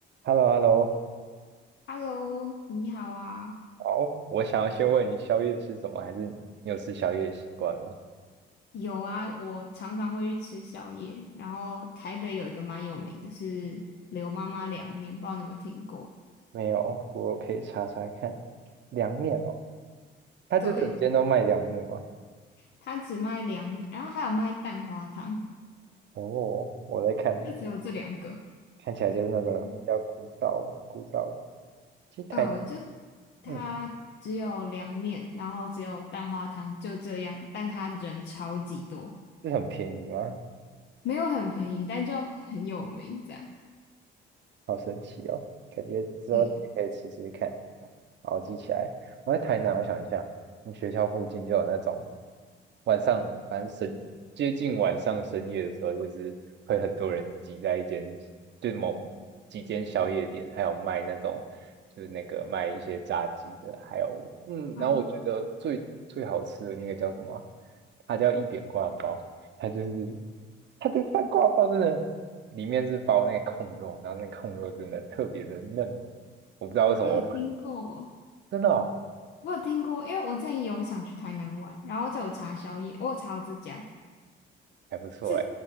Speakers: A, on the right; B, on the left.
A: h e l l o h e l l o
B: Hello，你好啊，
A: 好，我想要先问你宵夜吃什么，还是你你有吃宵夜的习惯吗？
B: 有啊，我常常会去吃宵夜。然后台北有一个蛮有名的是刘妈妈凉面，不知道你有没有听过？
A: 没有，不过我可以查查看。凉面哦，它就整间都卖凉面吗？
B: 对，它只卖凉面，然后还有卖蛋花汤，
A: 哦，我在看，
B: 就只有这两个。
A: 看起来就是那个比较古早古早的。
B: 嗯，
A: 其实台，
B: 呃就它只有凉面，
A: 嗯，
B: 然后只有蛋花汤，就这样。但它人超级多，
A: 是很便宜吗？
B: 没有很便宜，但就很有名这样。
A: 好神奇哦，感觉之后去可以试试看。
B: 嗯
A: 好，我记起来。我在台南，我想一下，我们学校附近就有那种晚上，反正深接近晚上深夜的时候，就是会很多人挤在一间，就是某几间宵夜店，还有卖那种就是那个卖一些炸鸡的，还有嗯，
B: 啊，
A: 然后我觉得最最好吃的那个叫什么啊它叫一点挂包，它就是它的饭挂包真的里面是包那个控肉，然后那个控肉真的特别的嫩，我不知道为什么
B: 我有听过。
A: 真的哦，
B: 我有听过，因为我之前有想去台南玩，然后就有查宵夜，我有查到这家
A: 还不错哎，
B: 是